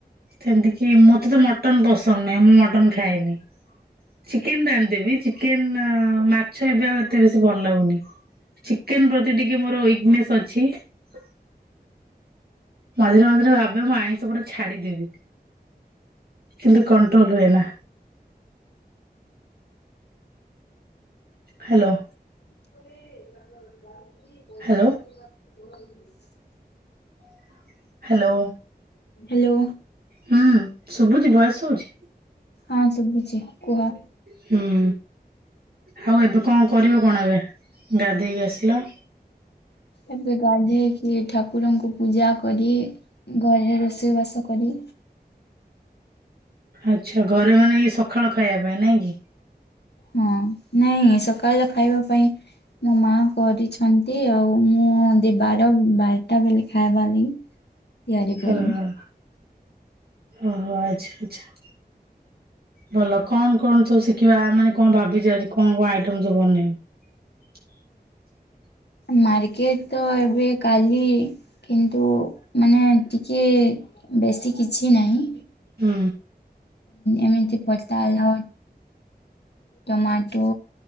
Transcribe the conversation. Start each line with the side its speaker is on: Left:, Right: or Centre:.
Right: ସେମିତି କିି ମୋତେ ତ ମଟନ ପସନ୍ଦ ନାହିଁ ମୁଁ ମଟନ ଖାଏନି। ଚିକେନ ରାନ୍ଧି ଦେବି ଚିକେନ ମାଛ ଏବେ ଆଉ ଏତେ ବେଶୀ ଭଲ ଲାଗୁନି। ଚିକେନ ପ୍ରତି ଟିକେ ମୋର ୱିକନେସ୍ ଅଛି। ମଝିରେ ମଝିରେ ଭାବେ ମୁଁ ଆଇଁଷ ପୁରା ଛାଡିଦେବି। କିନ୍ତୁ କଣ୍ଟ୍ରୋଲ ହୁଏ ନା। ହ୍ୟାଲୋ।
Left: ପରେ ମଲ <unintelligible>
Right: ହ୍ୟାଲୋ।
Left: <unintelligible>
Right: <inaudible> ହ୍ୟାଲୋ।
Left: ହ୍ୟାଲୋ
Right: ହୁଁ ଶୁଭୁଛି ଭୟସ ଶୁଭୁଛି?
Left: ହଁ ଶୁଭୁଛି କୁହ।
Right: ହୁଁ ଆଉ ଏବେ କଣ କରିବ କଣ ଏବେ ଗାଧେଇକି ଆସିଲ?
Left: ଏବେ ଗାଧେଇକି ଠାକୁରଙ୍କୁ ପୂଜା କରି। ଘରେ ରୋଷେଇବାସ କରି
Right: ଆଚ୍ଛା ଘରେ ମାନେ ଏଇ ସକାଳ ଖାଇବା ପାଇଁ ନାଇଁ କି?
Left: ହଁ ନାଇଁ ସକାଳ ଖାଇବା ପାଇଁ ମୋ ମା କରିଛନ୍ତି ଆଉ ମୁଁ ବାର ବାରଟା ବେଳେ ଖାଇବା ଲାଗି ତିଆରି
Right: ହ
Left: କରିବି
Right: ହ ଓହୋ ଆଚ୍ଛା ଆଛା। ଭଲ କଣ କଣ ସବୁ ଶିଖିବା ମାନେ କଣ ଭାବିଛି ଆଜି କଣ କଣ ଆଇଟମ ସବୁ ବନେଇବ? <inaudible>
Left: ମାର୍କେଟ ତ ଏବେ କାଲି କିନ୍ତୁ ମାନେ ଟିକିଏ ବେଶୀ କିଛି ନାହିଁ।
Right: ହୁଁ।
Left: ଏମିତି ପତା ହେଲା ଟମାଟୋ